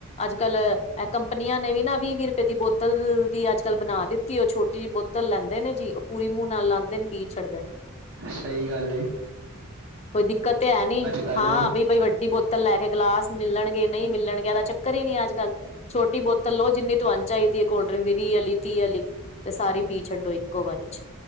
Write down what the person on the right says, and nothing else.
ਸਹੀ ਗੱਲ ਹੈ।
ਕੱਲ